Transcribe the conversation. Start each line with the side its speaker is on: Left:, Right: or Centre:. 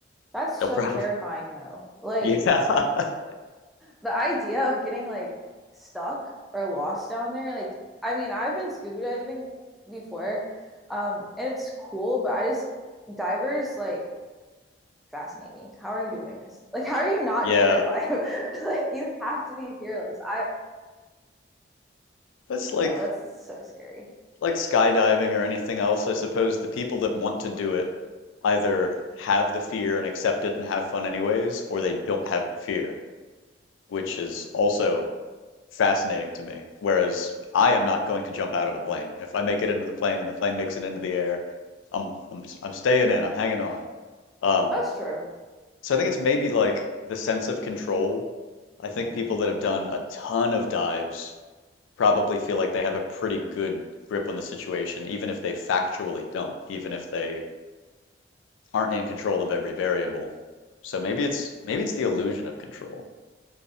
Centre: That's so
Left: they'll probably,
Centre: terrifying though. Like
Left: <laughs> yeah, <laughs>
Centre: the idea of getting like stuck or lost down there, like, I mean, I've been scuba diving before, um, and it's cool, but I just, divers like fascinate me. How are you doing this? Like, how are you not
Left: yeah.
Centre: terrified? <laughs> like, you have to be fearless. I,
Left: That's like
Centre: No, that's so scary.
Left: like skydiving or anything else, I suppose the people that want to do it either have the fear and accept it and have fun anyways, or they don't have the fear, which is also
Centre: True.
Left: fascinating to me. Whereas I am not going to jump out of a plane. If I make it into the plane and the plane makes it into the air, I'm I'm I'm staying in, I'm hanging on. Um,
Centre: That's true.
Left: so I think it's maybe like the sense of control. I
Centre: hmm
Left: think people that have done a ton of dives probably feel like they have a pretty good grip on the situation, even if they factually don't, even if they aren't in control of every variable. So maybe it's maybe it's the illusion of control.